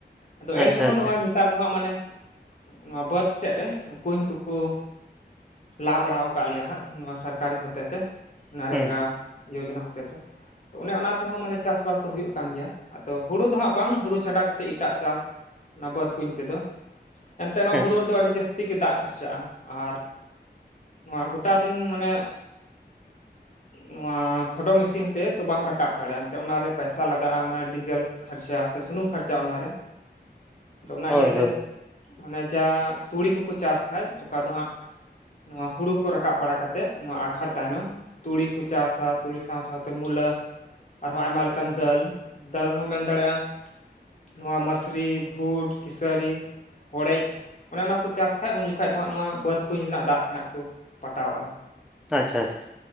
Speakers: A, on the left; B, in the centre.
A: ᱟᱫᱚ
B: ᱟᱪᱪᱷᱟ
A: ᱮᱱ ᱨᱮᱦᱚᱸ
B: ᱟᱪᱪᱷᱟ
A: ᱱᱚᱣᱟ ᱱᱮᱛᱟᱨ ᱫᱚ ᱦᱟᱸᱜ ᱢᱟᱱᱮ ᱱᱚᱣᱟ ᱵᱟᱹᱫᱽ ᱥᱮᱜ ᱨᱮ ᱠᱩᱧ ᱠᱚᱠᱚ ᱞᱟ ᱵᱟᱲᱟᱣ ᱠᱟᱜ ᱞᱮᱭᱟ ᱦᱟᱸᱜ ᱱᱚᱣᱟ ᱥᱚᱨᱠᱟᱨᱤ ᱦᱚᱛᱮ ᱛᱮ ᱱᱟᱨᱮᱜᱟ
B: ᱦᱩᱸ
A: ᱡᱳᱡᱚᱱᱟ ᱦᱚᱛᱮ ᱛᱮ ᱛᱚ ᱚᱱᱮ ᱚᱱᱟ ᱛᱮᱦᱚᱸ ᱢᱟᱱᱮ ᱪᱟᱥ ᱵᱟᱥ ᱫᱚ ᱦᱩᱭᱩᱜ ᱠᱟᱱ ᱜᱮᱭᱟ ᱟᱫᱚ ᱦᱳᱲᱳ ᱫᱚ ᱦᱟᱸᱜ ᱵᱟᱝ ᱦᱳᱲᱳ ᱪᱷᱟᱰᱟ ᱠᱟᱛᱮᱫ ᱮᱴᱟᱜ ᱪᱟᱥ ᱚᱱᱟ ᱵᱟᱹᱫᱷ ᱠᱩᱧ ᱛᱮᱫᱚ ᱮᱱᱛᱮ ᱱᱚᱣᱟ
B: ᱟᱪᱪᱷᱟ
A: ᱦᱳᱲᱳ ᱨᱮᱫᱚ ᱟᱹᱰᱤ ᱡᱟᱹᱥᱛᱤ ᱡᱟᱹᱥᱛᱤ ᱜᱮ ᱫᱟᱜ ᱠᱷᱟᱨᱪᱟᱜᱼᱟ ᱟᱨ ᱱᱚᱣᱟ ᱜᱚᱴᱟ ᱫᱤᱱ ᱢᱟᱱᱮ ᱱᱚᱣᱟ ᱠᱷᱚᱰᱚ ᱢᱤᱥᱼᱼ ᱢᱤᱥᱤᱱ ᱛᱮ ᱛᱚ ᱵᱟᱢ ᱨᱟᱠᱟᱵ ᱫᱟᱲᱮᱭᱟᱜᱼᱟ ᱮᱱᱛᱮ ᱚᱱᱟ ᱨᱮ ᱯᱟᱭᱥᱟ ᱞᱟᱜᱟᱜᱼᱟ ᱢᱟᱱᱮ ᱰᱤᱡᱮᱞ ᱠᱷᱟᱨᱪᱟ ᱥᱮ ᱥᱩᱱᱩᱢ ᱠᱷᱟᱨᱪᱟ ᱚᱱᱟ ᱨᱮ ᱟᱫᱚ ᱚᱱᱟ
B: ᱦᱳᱭ
A: ᱤᱭᱟᱹ ᱛᱮ
B: ᱦᱳᱭ
A: ᱢᱟᱱᱮ ᱡᱟ ᱛᱩᱲᱤ ᱠᱚᱠᱚ ᱪᱟᱥ ᱠᱷᱟᱡ ᱚᱠᱟ ᱫᱚ ᱦᱟᱸᱜ ᱱᱚᱣᱟ ᱦᱩᱲᱩ ᱠᱚ ᱨᱟᱠᱟᱵ ᱵᱟᱲᱟ ᱠᱟᱛᱮᱜ ᱱᱚᱣᱟ ᱟᱜᱷᱟᱲ ᱛᱟᱭᱱᱚᱢ ᱛᱩᱲᱤ ᱠᱚ ᱪᱟᱥᱟ ᱛᱩᱲᱤ ᱥᱟᱶ ᱥᱟᱶ ᱛᱮ ᱢᱩᱞᱟᱹ ᱟᱨᱦᱚᱸ ᱟᱭᱢᱟ ᱞᱮᱠᱟᱱ ᱫᱟᱹᱞ ᱫᱟᱹᱞ ᱨᱮᱦᱚᱸ ᱢᱮᱱ ᱫᱟᱲᱮᱭᱟᱜᱼᱟ ᱱᱚᱣᱟ ᱢᱟᱥᱨᱤ ᱵᱷᱩᱴ ᱠᱮᱥᱟᱹᱨᱤ ᱦᱚᱲᱮᱡ ᱚᱱᱮ ᱚᱱᱟ ᱠᱚ ᱪᱟᱥ ᱠᱷᱟᱡ ᱩᱱ ᱡᱚᱠᱷᱟᱡ ᱫᱚ ᱦᱟᱸᱜ ᱱᱚᱣᱟ ᱵᱟᱹᱫᱽ ᱠᱩᱧ ᱨᱮᱱᱟᱜ ᱫᱟᱜ ᱛᱮᱦᱟᱸᱜ ᱠᱚ ᱯᱟᱴᱟᱣᱟᱜᱼᱟ
B: ᱟᱪᱪᱷᱟ ᱟᱪᱪᱷᱟ